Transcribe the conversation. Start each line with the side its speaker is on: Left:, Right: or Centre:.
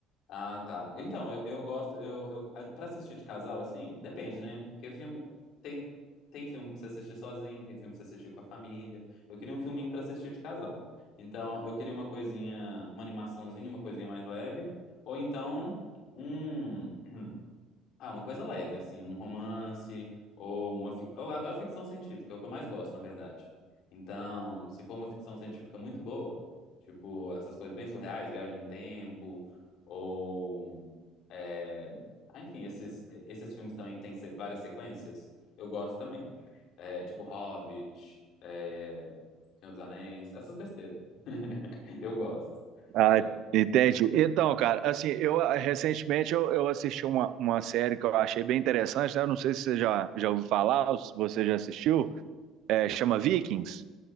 Left: Ah, tá. Então, eu, eu gosto. Eu, eu, a- pra assistir de casal, assim, depende, né? Porque filme. Tem, tem filme pra você assistir sozinho, tem filme pra você assistir com a família. Eu queria um filminho pra assistir de casal. Então, eu queria uma coisinha, uma animaçãozinha, uma coisinha mais leve. Ou então, um. Ah, uma coisa leve, assim, um romance ou uma. fic- Eu adoro ficção científica, é o que eu mais gosto, na verdade. Então, se for uma ficção científica muito boa, tipo, essas coisas bem surreais, viagem no tempo, ou. é, ah, enfim, esses, esses filmes também que tem se- várias sequências, eu gosto também. É, tipo Hobbit, é, Senhor dos Anéis, essas besteiras. <laughs> Eu gosto.
Right: Ah,
Left: É.
Right: Entende? Então, cara, assim, eu ah, recentemente eu, eu assisti uma, uma série que eu achei bem interessante, né? Eu não sei se você já, já ouviu falar, ou se você já assistiu, é, chama Vikings.